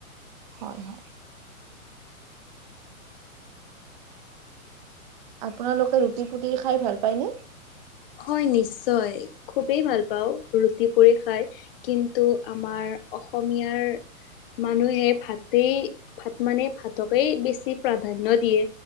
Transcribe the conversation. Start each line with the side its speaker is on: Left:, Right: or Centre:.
Right: হয়, হয়। আপোনালোকে ৰুটি পুটি খাই ভাল পায়নে?
Left: হয়, নিশ্চয় খুবেই ভাল পাওঁ। ৰুটি, পুৰি খাই। কিন্তু আমাৰ অসমীয়াৰ মানুহে ভাতেই ভাত মানে ভাতকেই বেছি প্ৰাধান্য দিয়ে।